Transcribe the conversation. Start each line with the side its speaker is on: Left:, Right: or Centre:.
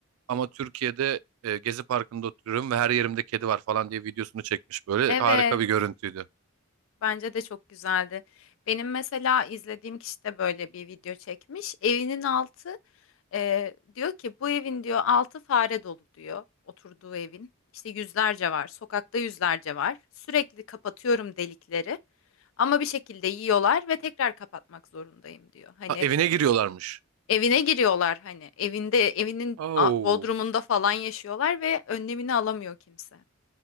Right: Ama Türkiye'de e, Gezi Parkı'nda oturuyorum ve her yerimde kedi var falan diye videosunu çekmiş böyle.
Left: Evet,
Right: Harika bir görüntüydü.
Left: bence de çok güzeldi. Benim mesela izlediğim kişi de böyle bir video çekmiş. Evinin altı e, diyor ki bu evin diyor altı fare dolu diyor oturduğu evin. İşte yüzlerce var, sokakta yüzlerce var. Sürekli kapatıyorum delikleri ama bir şekilde yiyorlar ve tekrar kapatmak zorundayım diyor. Hani
Right: Ha, evine giriyorlarmış.
Left: Evine giriyorlar hani evinde evinin
Right: Oo,
Left: a- bodrumunda falan yaşıyorlar ve önlemini alamıyor kimse.